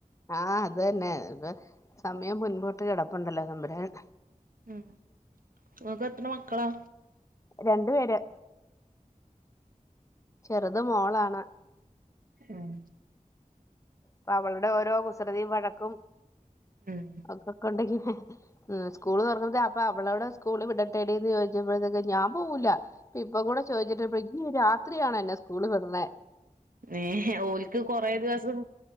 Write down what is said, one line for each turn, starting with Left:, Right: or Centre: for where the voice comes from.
Left: ആ അത് തന്നെ <unintelligible> സമയം മുൻപോട് ട്ട്കിടപ്പുണ്ടല്ലോ തമ്പുരാൻ
Right: ഉം ങ്ങക്ക് എത്ര മക്കളാ
Left: രണ്ടു പേര് ചെറുത് മോളാണ്
Right: ഉം
Left: പ്പ അവൾടെ ഓരോ കുസൃതിയും വഴക്കും
Right: ഉം
Left: ഒക്കെ കൊണ്ട് ഉം സ്കൂള് തൊർ <unintelligible> അപ്പൊ അവളോട് സ്കൂളി വിടട്ടെടിന്ന് ചോയ്ച്ചപ്പോഴത്തേക്കും ഞാൻ പോവൂല്ല. ഇപ്പൊ കൂടെ ചോയ്ച്ചിട്ടിപ്പഴ ഇഞ്ഞ് രാ ത്രിയാണോ എന്നെ സ്കൂളി വിടണെ
Right: ഏഹ് ഓൽക്ക് കൊറേ ദിവസം